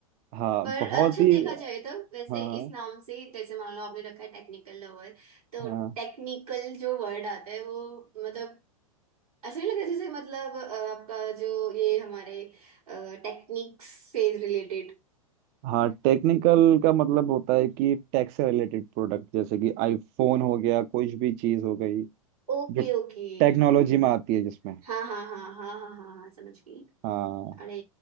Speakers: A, on the right (about 40°); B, on the right (about 85°).
A: हाँ
B: पर
A: बहुत
B: अच्छा
A: ही
B: देखा जाए तो वैसे
A: हाँ
B: इस नाम से जैसे मान लो आपने रखा है टेक्निकल लवर तो
A: हाँ
B: टेक्निकल जो वर्ड आता है वो मतलब ऐसा नहीं लगता जैसे मतलब अ, आपका जो ये हमारे टेक्निक्स से रिलेटेड
A: हाँ टेक्निकल का मतलब होता है कि टेक से रिलेटेड प्रोडक्ट जैसे कि आईफोन हो गया कुछ भी चीज हो गई
B: Okay
A: जो
B: okay
A: टेक्नोलॉजी में आती है जिसमें
B: हाँ हाँ हाँ हाँ हाँ हाँ हाँ हाँ, समझ गई
A: हाँ
B: अरे